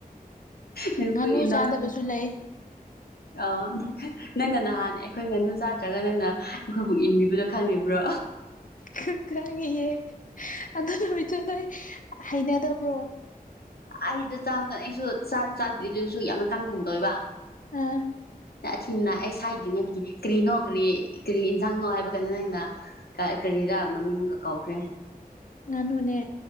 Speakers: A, on the left; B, on the left.
A: ꯅꯪꯁꯨ
B: ꯉꯥꯅꯨ
A: ꯏꯟꯅꯧ
B: ꯆꯥꯗꯕꯁꯨ ꯂꯩ
A: ꯑꯣ ꯅꯪꯅ ꯅꯍꯥꯟ ꯑꯩꯈꯣꯏ ꯉꯥꯅꯨ ꯆꯥꯗ꯭ꯔꯒ ꯅꯪꯅ ꯑꯩꯈꯣꯏꯕꯨ ꯏꯟꯕꯤꯕꯗꯣ ꯈꯪꯔꯤꯕ꯭ꯔꯣ
B: ꯈꯪ ꯈꯪꯉꯤꯍꯦ ꯑꯗꯨ ꯅꯨꯃꯤꯠꯇ‌ꯣ ꯅꯣꯏ ꯍꯩꯅꯗꯕ꯭ꯔꯣ
A: ꯑꯩꯗ‌ꯣ ꯆꯥꯕꯀꯟ ꯑꯩꯁꯨ ꯆꯥꯗꯤ ꯆꯥꯗ꯭ꯔꯤ ꯗꯨꯏꯁꯨ ꯌꯥꯝꯅ ꯀꯟꯕꯒꯨꯝ ꯇꯧꯋ‌ꯦꯕ
B: ꯑꯥ
A: ꯑꯊꯤꯅ ꯑꯩ ꯁꯥꯏꯗ꯭ꯔꯤꯉꯩꯗꯒꯤ ꯀꯔꯤꯅꯣ ꯀꯔꯤ ꯀꯔꯤ ꯏꯟꯖꯥꯡꯅꯣ ꯍꯥꯏꯕ ꯀꯟꯗ ꯅ‌ꯣꯏꯅ ꯀ ꯀꯔꯤꯔꯥ ꯃꯃꯤꯡ ꯃꯨꯛꯀ ꯀꯥꯎꯈ꯭ꯔꯦ
B: ꯉꯅꯨꯅꯦ